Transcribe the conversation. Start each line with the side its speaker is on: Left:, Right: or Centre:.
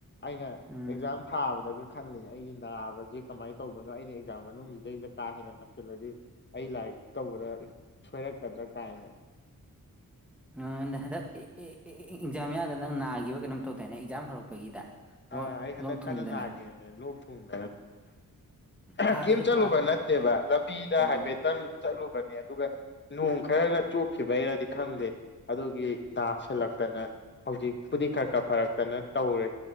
Left: ꯑꯩꯅ
Centre: ꯎꯝ
Left: ꯑꯦꯛꯖꯥꯝ ꯊꯥꯕꯗꯒꯤ ꯈꯜꯂꯦ ꯑꯩ ꯅꯥꯕꯒꯤ ꯀꯃꯥꯏ ꯇꯧꯕꯅꯣ ꯑꯩꯅ ꯑꯦꯛꯖꯥꯝ ꯃꯅꯨꯡꯁꯤꯗꯩꯗ ꯀꯥ ꯍꯦꯟꯅ ꯅꯥꯁꯤꯜꯂꯗꯤ ꯑꯩ ꯂꯥꯏꯔꯤꯛ ꯇꯧꯕꯗ ꯁꯣꯏꯔꯛꯀꯗ꯭ꯔꯥ ꯀꯥꯏꯅ
Centre: ꯑ ꯍꯟꯗꯛ ꯑꯦ ꯑꯦ ꯑꯦ ꯑꯦꯛꯖꯥꯝ ꯃꯌꯥꯗ ꯅꯪ ꯅꯥꯒꯤꯕ ꯀꯩꯅꯣꯝ ꯇꯧꯗꯥꯏꯅꯦ ꯑꯦꯛꯖꯥꯝ ꯍꯧꯔꯛꯄꯒꯤꯗ ꯂꯣꯛ
Left: ꯑ ꯑꯩ ꯍꯟꯗꯛ
Centre: ꯂꯣꯛ ꯊꯨꯡꯗꯅ
Left: ꯀꯟꯅ ꯅꯥꯒꯤꯃꯦ ꯂꯣꯛ ꯊꯨꯡ <inaudible>
Centre: ꯐ
Left: ꯀꯦꯝ
Centre: ꯑꯗꯨ
Left: ꯆꯠꯂꯨꯕ
Centre: ꯐ
Left: ꯅꯠꯇꯦꯕ ꯂꯝꯕꯤꯗ
Centre: ꯎꯝ
Left: ꯍꯥꯏꯐꯦꯠꯇꯪ ꯆꯠꯂꯨꯕꯅꯦ ꯑꯗꯨꯒ ꯅꯣꯡ ꯈꯔꯅ ꯆꯣꯠꯈꯤꯕꯩꯔꯗꯤ ꯈꯪꯗꯦ ꯑꯗꯨꯒꯤ ꯅꯥꯁꯤꯜꯂꯛꯇꯅ ꯍꯧꯖꯤꯛꯄꯨꯗꯤ ꯈꯔ ꯈꯔ ꯐꯔꯛꯇꯅ ꯇꯧꯔꯦ꯫